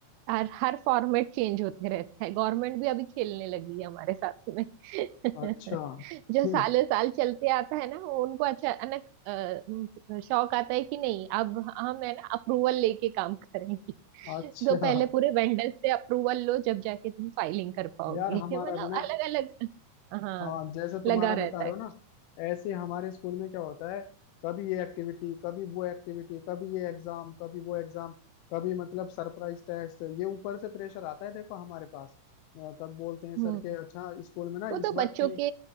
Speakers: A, on the right (about 85°); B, on the left (about 80°).
A: हर हर फॉर्मेट चेंज होते रहता है गवर्नमेंट भी अभी खेलने लगी है हमारे साथ में <laughs>
B: अच्छा
A: जो
B: हम्म
A: सालों साल चलते आता है ना वो उनको अचानक अ, शौक आता है कि नहीं अब हम है ना अप्रूवल लेके काम करेंगे
B: अच्छा
A: <laughs> तो पहले पूरे वेंडर से अप्रूवल लो जब जाके तुम फाइलिंग कर पाओगे
B: यार हमारा
A: <laughs> मतलब
B: भी ना
A: अलग अलग हाँ
B: हाँ जैसे तुम्हारा
A: लगा रहता
B: बता रहे
A: है
B: हो
A: कुछ
B: ना ऐसे हमारे स्कूल में क्या होता है कभी ये एक्टिविटी कभी वो एक्टिविटी कभी ये एग्जाम कभी वो एग्जाम कभी मतलब सरप्राइज टेस्ट ये ऊपर से प्रेशर आता है देखो हमारे पास अ, कब बोलते हैं सर
A: हम्म
B: के अच्छा स्कूल में ना
A: वो तो
B: इस बार
A: बच्चों
B: पी
A: के